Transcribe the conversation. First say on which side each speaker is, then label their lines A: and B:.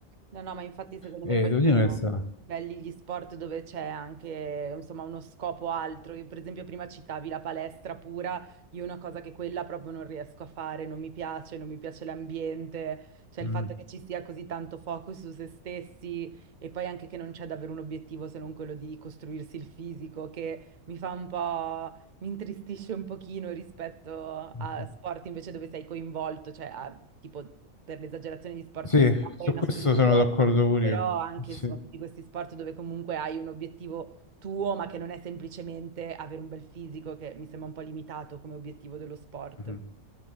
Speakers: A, on the right; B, on the left.
A: No, no, ma infatti secondo
B: E
A: me poi
B: devo
A: sono
B: dire, questa-
A: belli gli sport dove c'è anche, insomma, uno scopo altro. Io, per esempio, prima citavi la palestra pura, io una cosa che quella proprio non riesco a fare, non mi piace, non mi piace l'ambiente, cioè
B: Mm,
A: il fatto che ci sia così tanto focus su se stessi e poi anche che non c'è davvero un obiettivo se non quello di costruirsi il fisico, che mi fa un po'... Mi intristisce un pochino rispetto a
B: mhm.
A: sport invece dove sei coinvolto, cioè a- tipo per l'esagerazione di sport
B: Sì,
A: di squadra
B: su
A: in
B: questo
A: assoluto,
B: sono d'accordo pure
A: però
B: io.
A: anche
B: Sì.
A: insomma tutti questi sport dove comunque hai un obiettivo tuo, ma che non è semplicemente avere un bel fisico, che mi sembra un po' limitato come obiettivo dello sport.
B: Mhm.